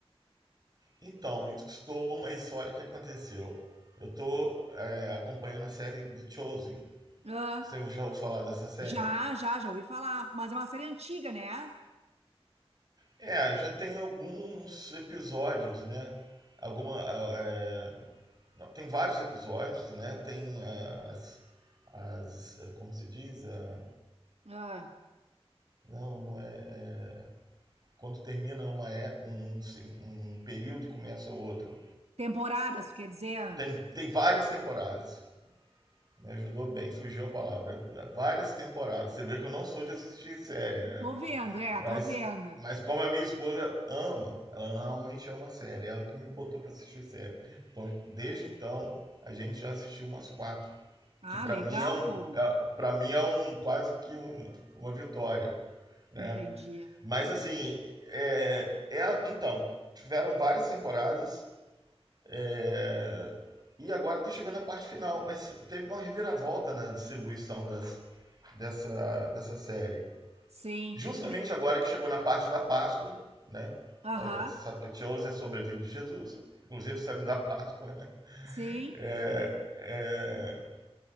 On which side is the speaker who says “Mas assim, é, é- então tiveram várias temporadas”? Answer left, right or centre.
Right